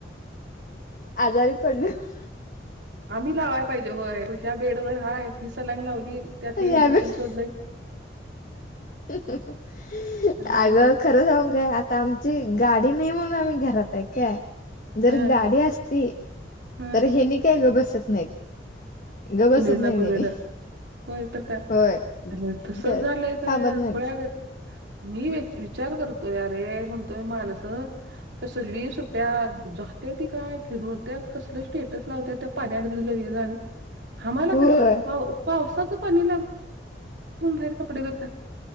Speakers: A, on the left; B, on the right.
A: आजारी पडलोय म्हणून
B: आम्ही लावायला पाहिजे होय तुझ्याबेडवर आहे हिला सलाईन लावली त्यात हे
A: यावेळी
B: इंजेक्शन सोडलंय.
A: अगं
B: हाय
A: खरं सांगू काय आता आमचं. गाडी नाही म्हणून आम्ही घरात आहे. काय जर
B: ह
A: गाडी असती.
B: ह
A: तर हेनी काय गप्प बसत नाहीत, गप्प
B: कुणीड
A: बसत
B: ना
A: नाहीत
B: कुणीड
A: हेनी.
B: होय तर काय!
A: होय
B: अ तस
A: ज-
B: झालंय तर
A: थांबत नाही
B: खुळ्यागत. मी विचार करतोय, अरे म्हणतोय माणस कसली सुट्ट्या. हां, जात्या ती काय, फिरत्यात कसलं स्टेटस लावत्यात पाण्यात भिजलं हे झालं. आम्हाला
A: होय
B: कशाच पाव, पावसाचं पाणी लाग म्हणून बाहेर कपडे धुताय.